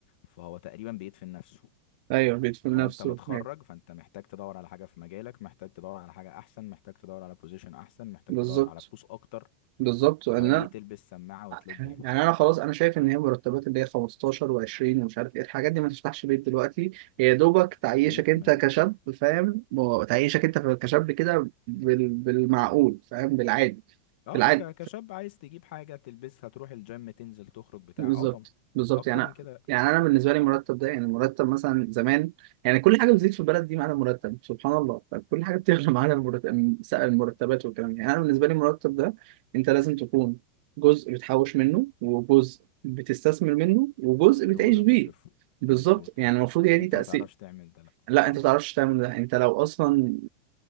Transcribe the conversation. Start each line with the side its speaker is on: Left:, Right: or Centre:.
Left: فهو تقريبا بيدفن نفسه
Right: أيوه بيدفن
Left: هو
Right: نفسه
Left: انت متخرج
Right: أيوة.
Left: فانت محتاج تدور على حاجه في مجالك محتاج تدور على حاجه احسن محتاج تدور على بوزيشن احسن محتاج
Right: بالظبط
Left: تدور على فلوس اكتر
Right: بالظبط أنا
Left: اللي هو ليه تلبس سماعه وتلوج
Right: يعني
Left: يعني
Right: أنا خلاص أنا شايف إن هي مرتبات اللي هي 15 و20 ومش عارف إيه الحاجات دي ما تفتحش بيت دلوقتي هي يا دوبك تعيشك
Left: 100%
Right: أنت كشاب فاهم و- تعيشك أنت كشاب كده بال... بالمعقول فاهم بالعادي
Left: اه
Right: بالعادي
Left: ك- كشاب عايز تجيب حاجه تلبسها تروح الجيم تنزل تخرج بتاع
Right: بالظبط
Left: اه طبعا
Right: بالظبط
Left: اكتر
Right: يعني
Left: من كده
Right: يعني انا بالنسبه لي المرتب ده يعني المرتب مثلا زمان يعني كل حاجه بتزيد في البلد دي معانا مرتب سبحان الله فكل حاجه بتغلى <laughs> معانا المرتب المرتبات والكلام ده. يعني انا بالنسبه لي المرتب ده انت لازم تكون جزء بتحوش منه وجزء بتستثمر منه وجزء بتعيش
Left: لو جزء
Right: بيه
Left: بتصرفه
Right: بالظبط
Left: مظبوط
Right: يعني المفروض هي
Left: انت
Right: دي
Left: ما تعرفش تعمل ده لا
Right: لا
Left: صعب
Right: انت ما تعرفش
Left: قوي
Right: تعمل ده انت لو اصلا